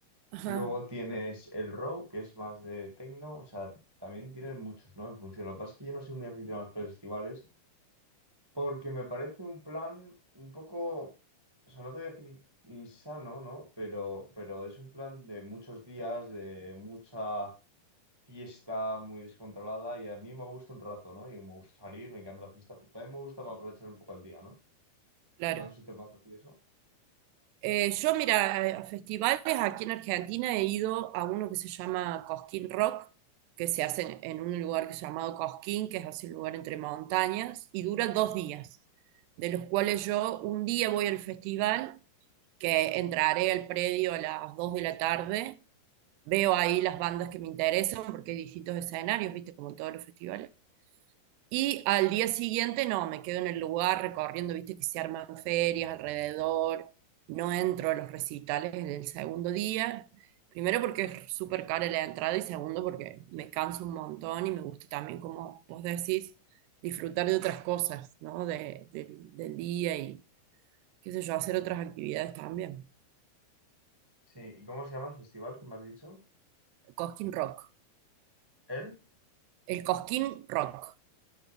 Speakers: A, on the right (about 85°); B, on the right (about 30°).
A: Ajá,
B: Luego tienes el Row, que es más de techno, o sea, también tienes muchos, ¿no? En función. Lo que pasa es que yo no soy muy aficionado a los festivales porque me parece un plan un poco, o sea, no te voy a decir insano, ¿no? Pero, pero es un plan de muchos días, de mucha fiesta muy descontrolada y a mí me gusta un rato, ¿no? Y me gusta salir, me encanta la fiesta, pero también me gusta para aprovechar un poco el día, ¿no?
A: claro.
B: No sé si te pasa a ti eso.
A: Eh, yo, mira, a festivales aquí en Argentina he ido a uno que se llama Cosquín Rock, que se hace en, en un lugar que es llamado Cosquín, que es así un lugar entre montañas, y dura dos días, de los cuales yo un día voy al festival, que entraré al predio a las 2 de la tarde, veo ahí las bandas que me interesan, porque hay distintos escenarios, viste, como en todos los festivales. Y al día siguiente, no, me quedo en el lugar recorriendo, viste que se arman ferias alrededor, no entro a los recitales en el segundo día, primero porque es súper cara la entrada y segundo porque me canso un montón y me gusta también, como vos decís, disfrutar de otras cosas, ¿no? De- del del día y, qué sé yo, hacer otras actividades también.
B: Sí, ¿y cómo se llama el festival que me has dicho?
A: El Cosquín Rock.
B: El
A: El Cosquín Rock.